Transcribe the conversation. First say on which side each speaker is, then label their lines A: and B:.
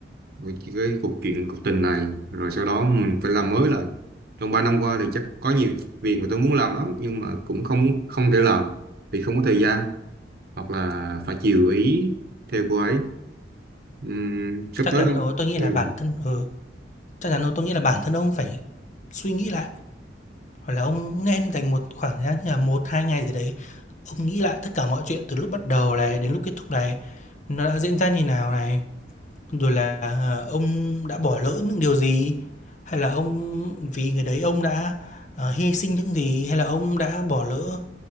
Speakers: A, on the right; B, on the left.
A: về cái cuộc chuyện cuộc tình này rồi sau đó mình phải làm mới lại trong 3 năm qua thì chắc có nhiều việc mà tôi muốn làm lắm nhưng mà cũng không không thể làm vì không có thời gian hoặc là phải chiều ý theo cô ấy Ừm, sắp
B: Chắc
A: tới
B: chắn
A: không
B: đó, tôi nghĩ
A: ừ,
B: là bản thân ừ, chắc chắn đó tôi nghĩ là bản thân ông phải suy nghĩ lại. Hoặc là ông nên dành một khoảng thời gian như là một 2 ngày gì đấy, ông nghĩ lại tất cả mọi chuyện từ lúc bắt đầu này đến lúc kết thúc này, nó đã diễn ra như nào này, rồi là, ờ, ông đã bỏ lỡ những điều gì, hay là ông vì người đấy ông đã, ờ, hy sinh những gì, hay là ông đã bỏ lỡ,